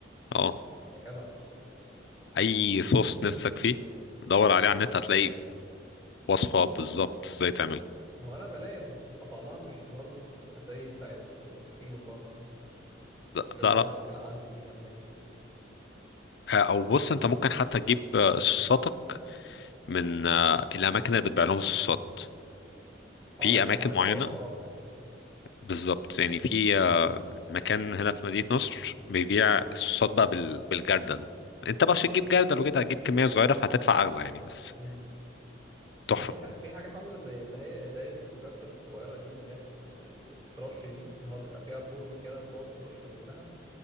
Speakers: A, on the left (about 60°); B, on the right (about 25°).
A: اه
B: يا جدع
A: اي صوص نفسك فيه دور عليه على النت هتلاقي وصفه بالظبط ازاي تعمله
B: هو أنا بلاقي بس بيبقى طعمها مش برضه مش بتبقى زي بتاعت اللي بتيجي من بره
A: لا
B: عارف
A: لا
B: ده
A: لا
B: مشكلة عندي دي ولا إيه؟
A: آه، او بص انت ممكن حتى تجيب آه، صوصاتك من آه، الاماكن اللي بتبيع لهم الصوصات
B: أه
A: في
B: أنا
A: اماكن
B: بعمل
A: معينه
B: كده الصراحة يعني
A: بالظبط يعني في آه، مكان هنا في مدينه نصر بيبيع الصوصات بقى بال- بالجردل انت بقى عشان تجيب جردل وكده هتجيب كميه صغيره فهتدفع اغلى يعني بس
B: امم
A: تحفه
B: في ح- في حاجات عاملة زي اللي هي إزايز الكاتشب الصغيرة دي اللي هي بتبقى بت- بتترش دي اللي هو بيبقى فيها خرم كده بتقعد ترش منها